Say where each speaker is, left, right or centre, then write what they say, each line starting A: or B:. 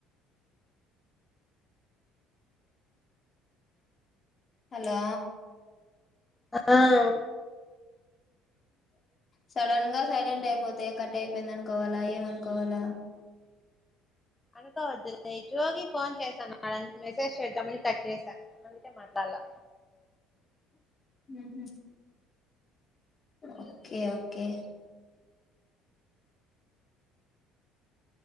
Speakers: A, on the left; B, on the left.
A: హలో
B: <unintelligible>
A: సడన్ గా సైలెంట్ అయిపోతే కట్ అయిపోయింది అనుకోవాలా ఏమనుకోవాలా
B: అనుకోవద్దు <unintelligible> ఫోన్ చేశానుడందుకు మెసేజ్ చేద్దామని కట్ చేశాను అందుకే మాట్లాడలా
A: మ్మ్ ఓకే ఓకే